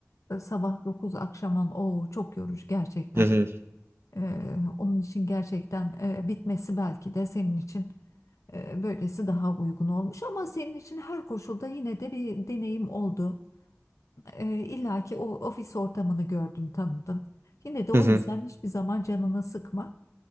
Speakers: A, on the left; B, on the right.
A: e, sabah 9 akşam 10, o çok yorucu gerçekten.
B: Hı hı.
A: Ee, onun için gerçekten e, bitmesi belki de senin için e, böylesi daha uygun olmuş ama senin için her koşulda yine de bir deneyim oldu. Ee, İlla ki o ofis ortamını gördün, tanıdın. Yine de o
B: Hı hı.
A: yüzden hiçbir zaman canını sıkma.